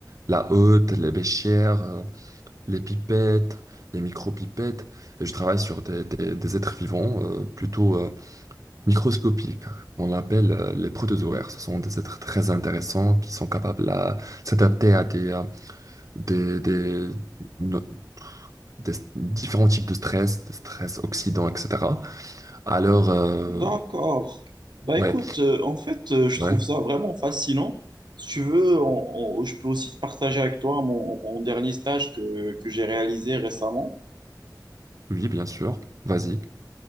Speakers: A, on the right; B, on the right.
A: la hotte, les béchères, les pipettes, les micro-pipettes, et je travaille sur des, des- des êtres vivants euh, plutôt euh, microscopiques, on l'appelle euh, les protozoaires. Ce sont des êtres très intéressants qui sont capables à s'adapter à des, euh, des, des- no- des différents types de stress, de stress oxydants, etc. Alors, euh,
B: D'accord. Bah
A: ouais,
B: écoute, euh, en fait, euh, je
A: ouais,
B: trouve ça vraiment fascinant. Si tu veux, on- on- je peux aussi te partager avec toi mon, mon dernier stage que, que j'ai réalisé récemment.
A: oui, bien sûr, vas-y.